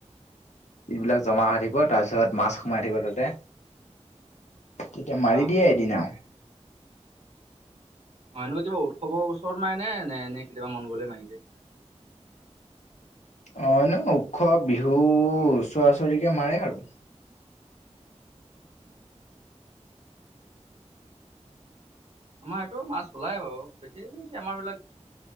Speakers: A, on the left; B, on the right.
A: এইবিলাক জমা হৈ থাকিব তাৰপিছত মাছ সোমাই থাকিব তাতে। তেতিয়া মাৰি
B: অ
A: দিয়ে এদিনাও
B: অ এনেকুৱা কিবা উৎসৱৰ ওচৰত মাৰে নে নে এনে কেতিয়াবা মন গলে মাৰি দিয়ে <inaudible>
A: অ ন উৎস বিহু ওচৰা- ওচৰিকৈ মাৰে আৰু
B: আমাৰ এয়াটো মাছ ওলাই বাৰু বেছি মানে কি আমাৰ বিলাক